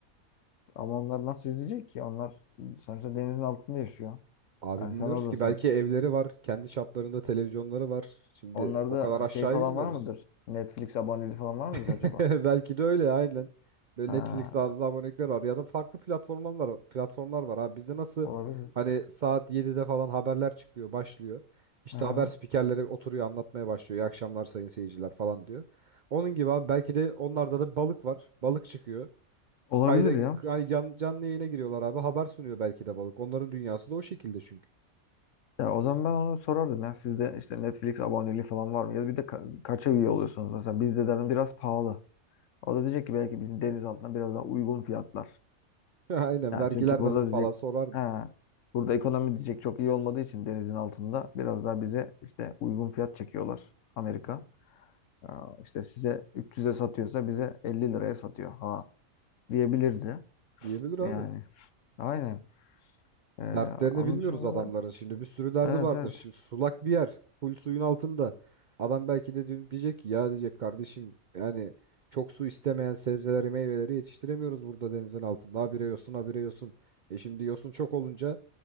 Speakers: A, on the left; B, on the right.
A: Ama onlar nasıl izleyecek ki? Onlar sonuçta denizin altında yaşıyor.
B: Abi
A: Yani
B: bilmiyoruz
A: sen oradasın.
B: ki belki evleri var, kendi çaplarında televizyonları var. Şimdi
A: Onlarda
B: o kadar aşağıya
A: şey falan
B: bilmiyoruz.
A: var mıdır? Netflix aboneliği falan var mıdır acaba?
B: <laughs> Belki de öyle aynen. Böyle
A: Ha,
B: Netflix tarzı abonelikler var ya da farklı platformlar var. Platformlar var abi. Bizde nasıl
A: olabilir.
B: hani saat 7'de falan haberler çıkıyor, başlıyor. İşte
A: Aha.
B: haber spikerleri oturuyor anlatmaya başlıyor. İyi akşamlar sayın seyirciler falan diyor. Onun gibi abi belki de onlarda da balık var. Balık çıkıyor.
A: Olabilir
B: Kayda
A: ya.
B: kay- yan- canlı yayına giriyorlar abi. Haber sunuyor belki de balık. Onların dünyası da o şekilde çünkü.
A: Ya o zaman ben onu sorardım ya. Sizde işte Netflix aboneliği falan var mı? Ya bir de ka- kaça üye oluyorsunuz? Mesela bizde dedim biraz pahalı. O da diyecek ki belki bizim deniz altına biraz daha uygun fiyatlar.
B: <laughs> Aynen
A: Yani
B: vergiler
A: çünkü burada
B: nasıl
A: diyecek
B: falan sorardı
A: ha, burada ekonomi diyecek çok iyi olmadığı için denizin altında biraz daha bize işte uygun fiyat çekiyorlar Amerika. Aa, işte size 300'e satıyorsa bize 50 liraya satıyor ha diyebilirdi
B: diyebilir abi.
A: yani. Aynen. Ee,
B: Dertlerini
A: onun
B: bilmiyoruz
A: dışında
B: adamların
A: da
B: şimdi. Bir sürü derdi
A: evet
B: vardır.
A: evet
B: Şimdi sulak bir yer. Full suyun altında. Adam belki de dün diyecek ki ya diyecek kardeşim yani çok su istemeyen sebzeleri meyveleri yetiştiremiyoruz burada denizin altında. Habire yosun habire yosun. E şimdi yosun çok olunca